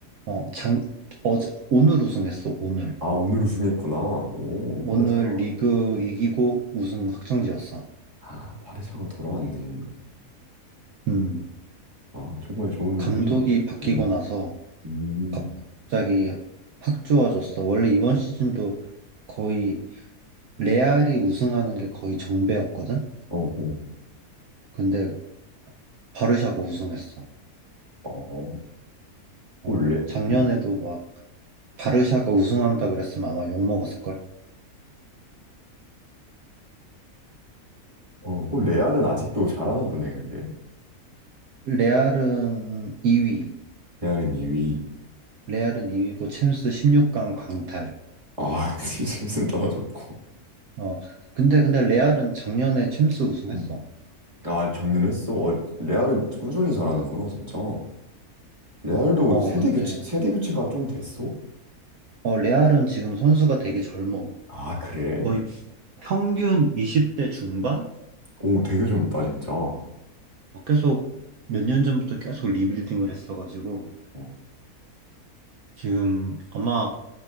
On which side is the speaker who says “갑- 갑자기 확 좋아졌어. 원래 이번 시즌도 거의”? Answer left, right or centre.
Right